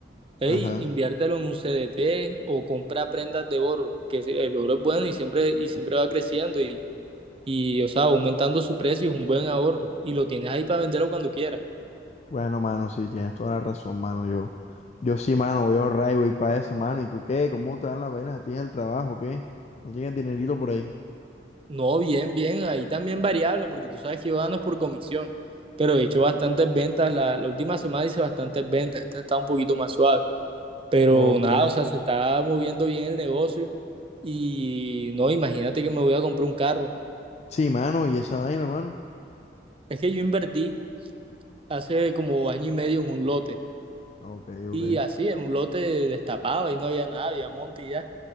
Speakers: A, on the right (about 30°); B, on the left (about 35°).
A: hey,
B: ajá.
A: inviértelo en un CDT o compra prendas de oro, que el oro es bueno y siempre, y siempre va creciendo y, y, o sea, aumentando su precio es un buen ahorro y lo tienes ahí para venderlo cuando quieras.
B: Bueno, mano, sí, tienes toda la razón, mano. Yo, yo sí, mano, voy a ahorrar y voy para eso, mano. ¿Y tú qué? ¿Cómo te dan las vainas a ti en el trabajo? ¿Qué? ¿No tienes dinerito por ahí?
A: No, bien, bien, ahí también variable, porque tú sabes que yo gano por comisión, pero he hecho bastantes ventas, la, la última semana hice bastantes ventas, esta está un poquito más suave. Pero
B: Ok.
A: nada, o sea, se está moviendo bien el negocio y no, imagínate que me voy a comprar un carro.
B: Sí, mano, y esa vaina, mano.
A: Es que yo invertí hace como año y medio en un lote
B: Ok, ok,
A: y así, en un lote destapado ahí no había nada, había monte y ya.